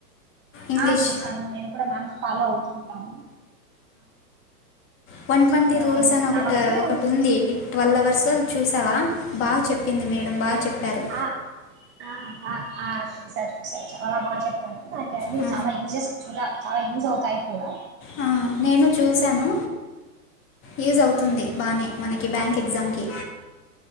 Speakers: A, on the left; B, on the right.
A: ఇంగ్లీష్
B: ఆ చూసాము మేము కూడా మా. ఫాలో అవుతూ ఉంటాము.
A: వన్ ట్వంటీ
B: ఆ
A: రూల్స్ అని ఒకటి
B: చాలా మంది
A: ఒకటి ఉంది ట్వల్వ్ అవర్స్. చూసావా బాగా చెప్పింది మేడంమ్ బాగా చెప్ప. చెప్పారు.
B: ఆ ఆ చూసా చూసా చాలా బాగా చెప్తారు అ అన్నీ
A: ఆ,
B: చాలా యూజెస్ చూ చాలా యూజ్ అవుతాయి కూడా.
A: ఆ, నేను చూశాను యూజ్ అవుతుంది బాగానే మనకి బ్యాంక్ ఎగ్జామ్ కి.